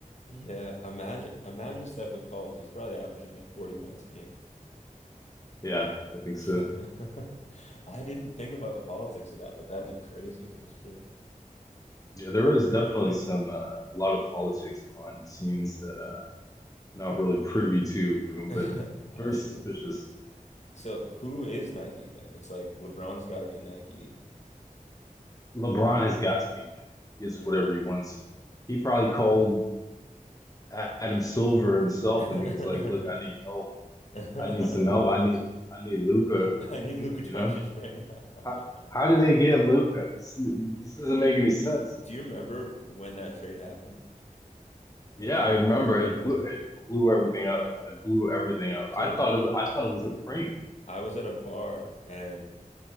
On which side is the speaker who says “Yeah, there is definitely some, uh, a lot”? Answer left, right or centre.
Left